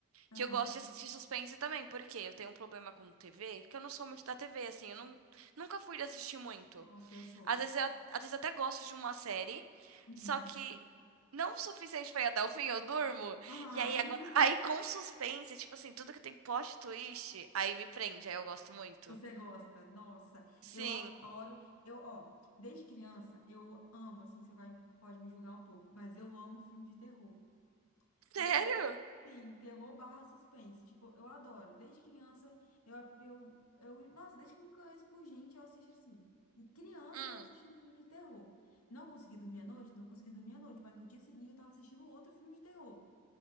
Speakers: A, on the left (about 85°); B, on the right (about 75°).
A: Ah,
B: que eu gosto de assistir suspense também, porque eu tenho um problema com TV, que eu não sou muito da TV assim, eu não, nunca fui de assistir muito.
A: nossa, eu sou.
B: Às vezes eu, às vezes eu até gosto de uma série,
A: Uhum.
B: só que não o suficiente pra ir até o fim, eu durmo.
A: Ah,
B: E aí agora, aí com suspense, tipo assim, tudo que tem plot twist, aí me prende, aí eu gosto muito.
A: você gosta? Nossa,
B: Sim.
A: eu adoro. Eu, ó, desde criança, eu amo, assim, você vai, pode me julgar um pouco, mas eu amo filme de terror.
B: Sério?
A: E aí, sim, terror barra suspense. Tipo, eu adoro. Desde criança, eu, eu, eu. Nossa, desde que eu me conheço por gente, eu assisto assim. E Criança,
B: Hum.
A: eu assistindo filme de terror. Não consegui dormir à noite? Não consegui dormir à noite, mas no dia seguinte eu tava assistindo outro filme de terror.